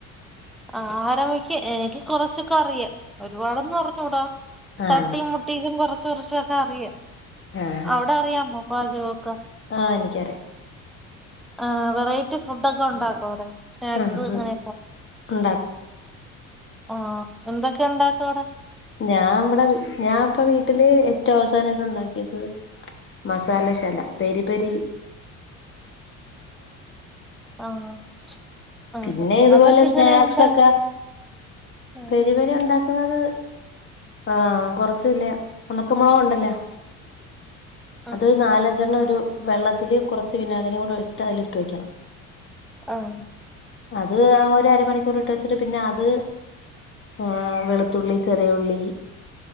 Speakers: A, in the centre; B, on the left.
A: ആഹാരം വെക്ക് എനിക്ക് കൊറച്ചൊക്കെ അറിയാം ഒരുപാടൊന്നും അറിഞ്ഞൂടാ
B: ആഹ്
A: തട്ടിയും മുട്ടീക്കും കൊറ ചൊറച്ചൊക്കെ അറിയാം
B: ആഹ്
A: അവിടെ അറിയാമോ പാചകൊക്കെ
B: ആഹ് എനിക്കറിയാം
A: ആ വെറൈറ്റി ഫുഡൊക്കെ ഒണ്ടാക്കോ അവിടെ സ്നാക്സ്
B: ആഹ്
A: അങ്ങനെയൊക്കെ
B: അത് ഉണ്ടാക്കും
A: ആഹ് എന്തൊക്കെ ഉണ്ടാക്കും അവിടെ
B: ഞാൻ ഇവടെ വി ഞാൻ ഇപ്പ വീട്ടില് ഏറ്റവും അവസാനായിട്ട് ഒണ്ടാക്കിയത് മസാലശാല പെരി പെരി
A: ആഹ് ആഹ്
B: പിന്നെ ഇതുപോലെ
A: അതൊക്കെ ഇങ്ങനെ
B: സ്നാക്സ്
A: ഉണ്ടാ
B: ഒക്കെ
A: ആഹ്
B: പെരിപെരി ഉണ്ടാക്കുന്നത് ആഹ് കൊറച്ച് ല്ലേ ഒണക്ക മുളക് ഉണ്ടല്ലോ
A: ആഹ്
B: അതൊരു നാലഞ്ചെണ്ണം ഒരു വെള്ളത്തില് കുറച്ച് വിനാഗിരിയും കൂടെ ഒഴിച്ചിട്ട് അതിലിട്ട് വെക്കണം
A: ആഹ്
B: അത് ആ ഒരരമണിക്കൂറ് ഇട്ട് വെച്ചിട്ട് പിന്നെ അത് ആ വെളുത്തുള്ളി ചെറിയ ഉള്ളി